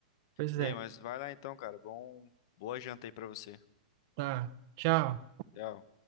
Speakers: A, on the right; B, on the left.
A: Pois
B: Ei,
A: é,
B: mas vai lá então, cara. Bom, boa janta aí pra você.
A: tá. Tchau.
B: Tchau.